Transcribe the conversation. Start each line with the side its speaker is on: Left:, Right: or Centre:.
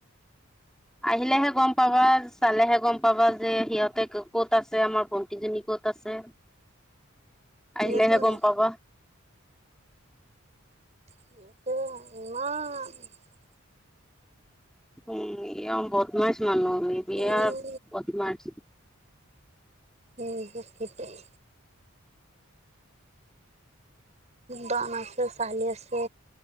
Centre: আহিলেহে গম পাবা চালেহে গম পাবা যে সিহঁতে ক'ত আছে আমাৰ ভন্টিজনী ক'ত আছে
Right: সিহঁতে
Centre: আহিলেহে
Right: নে
Centre: গম পাবা
Right: সতেয়া ই
Centre: উ এ বদমাছ মানুহ মিবিয়াৰ
Right: উম
Centre: বথমাচ
Right: উম বৰ কেটেই দান আছে চলি আছো